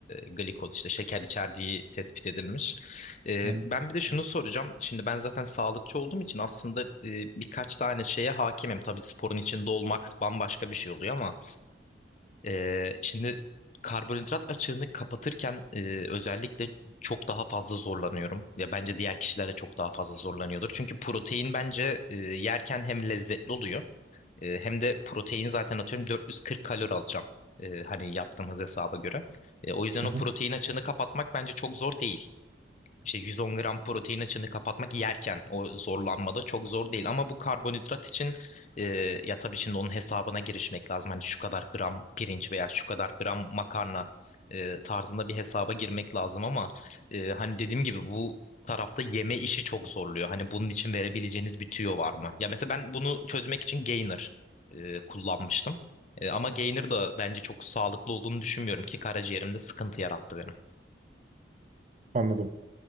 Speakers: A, on the left; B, on the right.
A: glikoz işte şeker içerdiği tespit edilmiş. E,
B: Yani,
A: ben bir de şunu soracağım. Şimdi ben zaten sağlıkçı olduğum için aslında e, birkaç tane şeye hakimim. Tabii sporun içinde olmak bambaşka bir şey oluyor ama e, şimdi karbonhidrat açığını kapatırken e, özellikle çok daha fazla zorlanıyorum. Ya bence diğer kişiler de çok daha fazla zorlanıyordur. Çünkü protein bence e, yerken hem lezzetli oluyor. E, hem de protein zaten atıyorum 440 kalori alacağım. E, hani yaptığımız hesaba göre. E, o yüzden
B: hı
A: o protein
B: hı.
A: açığını kapatmak bence çok zor değil işte 110 gram protein açığını kapatmak yerken o zorlanmada çok zor değil. Ama bu karbonhidrat için e, ya tabii şimdi onun hesabına girişmek lazım. Hani şu kadar gram pirinç veya şu kadar gram makarna e, tarzında bir hesaba girmek lazım ama e, hani dediğim gibi bu tarafta yeme işi çok zorluyor. Hani bunun için verebileceğiniz bir tüyo var mı? Ya mesela ben bunu çözmek için gainer e, kullanmıştım. E, ama gainer da bence çok sağlıklı olduğunu düşünmüyorum ki karaciğerimde sıkıntı yarattı benim.
B: Anladım.